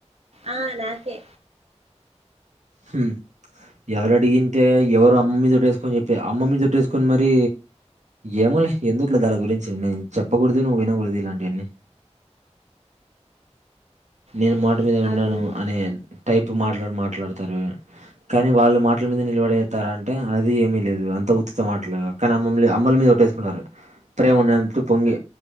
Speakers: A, on the right; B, on the right.
A: ఆ నాకే
B: హ్మ్ ఎవరు అడిగింటే ఎవరు అమ్మమ్ మీద తట్టేసుకొని చెప్పి అమ్మమ్ మీద తట్టేసుకొని మరి ఏమోలే ఎందులే దాళ గురించి నేను చెప్పకూడదు నువ్వు వినకూడదు ఇలాంటివన్నీ నేను
A: థ్యాంక్స్
B: మాట మీద ఉంను
A: ఆపినందుకు
B: అనే టైప్ మాట్లాడ మాట ట్లా తారు కానీ వాళ్ళు మాటల మీద నిలబడేస్తారు అంటే అది ఏమీ లేదు అంత ఉత్తుత్త మాటలుగా కానీ అమ్మల్ అమ్మల మీద కొట్టేసుకుంటారు ప్రేమ ఉన్నే పొంగి